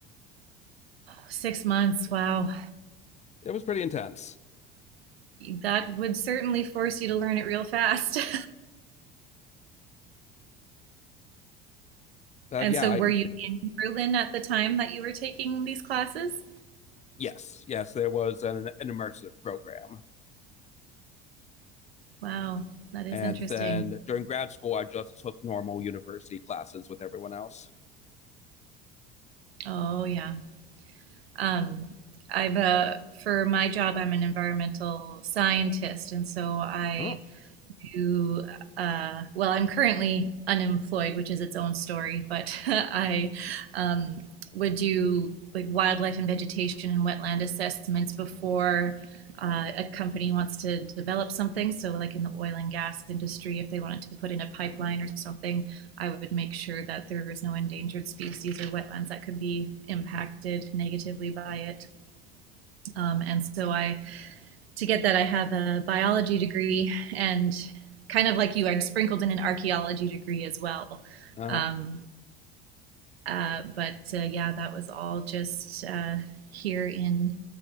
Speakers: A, on the right; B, on the left.
A: Six months, wow.
B: It was pretty intense. <laughs>
A: That would certainly force you to learn it real fast. <laughs>
B: But
A: And
B: yeah,
A: so
B: I,
A: were you in Berlin at the time that you were taking these classes?
B: yes, yes, there was an, an immersive program.
A: Wow, that is
B: And
A: interesting.
B: then during grad school, I just took normal university classes with everyone else.
A: Oh, yeah. Um, I've uh, for my job, I'm an environmental scientist, and so I
B: Oh,
A: to, uh, well, I'm currently unemployed, which is its own story, but <laughs> I um, would do like wildlife and vegetation and wetland assessments before uh, a company wants to develop something. So, like in the oil and gas industry, if they wanted to put in a pipeline or something, I would make sure that there was no endangered species or wetlands that could be impacted negatively by it. Um, and so, I to get that, I have a biology degree, and kind of like you, I sprinkled in an archaeology degree as well.
B: uh
A: Um, uh, but uh, yeah, that was all just uh, here in